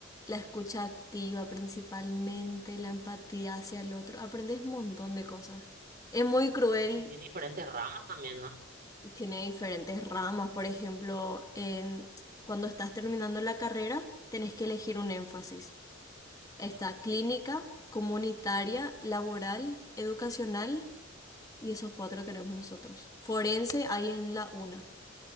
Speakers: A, on the left (about 20°); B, on the right (about 45°).
A: la escucha activa principalmente, la empatía hacia el otro, aprendes un montón de cosas. Es muy cruel,
B: Y tiene diferentes ramas también, ¿no?
A: tiene diferentes ramas, por ejemplo, en, cuando estás terminando la carrera, tenés que elegir un énfasis. Está clínica, comunitaria, laboral, educacional, y esos cuatro tenemos nosotros. Forense hay en la UNA